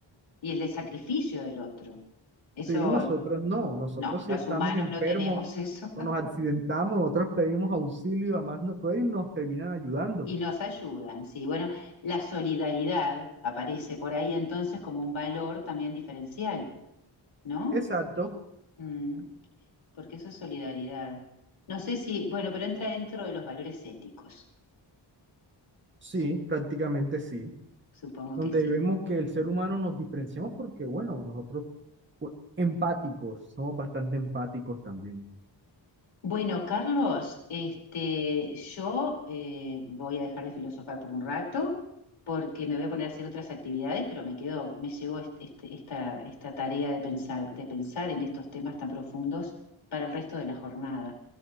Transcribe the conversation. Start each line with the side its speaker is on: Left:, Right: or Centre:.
Left: y el de sacrificio del otro. Eso
Right: Sí, nosotros no, nosotros
Left: no, los
Right: si estamos
Left: humanos
Right: enfermos
Left: no tenemos eso
Right: o nos accidentamos, nosotros pedimos auxilio a más no poder y nos terminan ayudando.
Left: <laughs> y nos ayudan, sí. Bueno, la solidaridad aparece por ahí entonces como un valor también diferencial, ¿no?
Right: Exacto,
Left: Mm, porque eso es solidaridad. No sé si, bueno, pero entra dentro de los valores éticos,
Right: sí, prácticamente sí.
Left: supongo
Right: Donde
Left: que sí.
Right: vemos que el ser humano nos diferenciamos porque, bueno, nosotros pues, empáticos, somos bastante empáticos también.
Left: Bueno, Carlos, este, yo eh, voy a dejar de filosofar por un rato porque me voy a poner a hacer otras actividades, pero me quedo, me llevo est- este- esta, esta tarea de pensar, de pensar en estos temas tan profundos para el resto de la jornada.